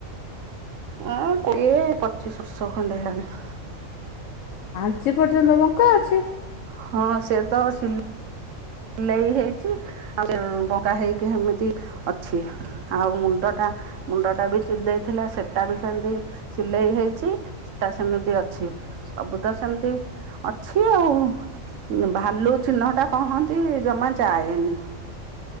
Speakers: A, on the right (about 70°); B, on the left (about 75°).
A: ହ କୋଡିଏ ପଚିଶ ବର୍ଷ ଖଣ୍ଡେ ହେଲାଣି
B: ଆଜି ପର୍ଯ୍ୟନ୍ତ ବଙ୍କା ଅଛି
A: ହଁ ସେ ତ ସି ଲେଇ ହେଇଛି ଆ ବଙ୍କା ହେଇକି ଏମିତି ଅଛି। ଆଉ ମୁଣ୍ଡଟା ମୁଣ୍ଡ ଟା ବି ଚିରି ଦେଇଥିଲା ସେଟା ବି ସେମତି ସିଲେଇ ହେଇଛି ସେଟା ସେମିତି ଅଛି ସବୁଦ ସେମିତି ଅଛି ଆଉ। ଭାଲୁ ଚିହ୍ନ ଟା କହନ୍ତି ଜମା ଜାଏନି